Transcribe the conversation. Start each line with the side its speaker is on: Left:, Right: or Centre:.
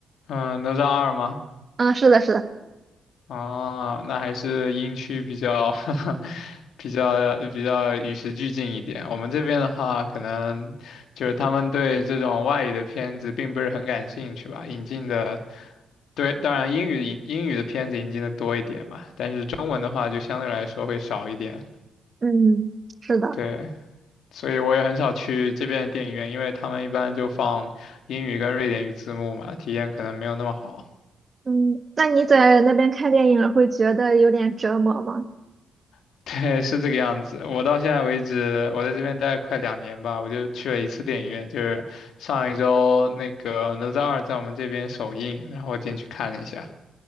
Left: 嗯，哪吒二吗？
Right: 嗯，是的，是的，
Left: 啊，那还是英区比较 <laughs> 比较比较与时俱进一点。我们这边的话，可能就是他们对这种外语的片子并不是很感兴趣吧，引进的对，当然英语英语的片子引进的多一点嘛，但是中文的话就相对来说会少一点。
Right: 嗯，是的，
Left: 对，所以我也很少去这边的电影院，因为他们一般就放英语跟瑞典语字幕嘛，体验可能没有那么好。
Right: 嗯，那你在那边看电影会觉得有点折磨吗？
Left: <laughs> 对，是这个样子。我到现在为止，我在这边待快两年吧，我就去了一次电影院，就是上一周那个《哪吒二》在我们这边首映，然后我进去看了一下。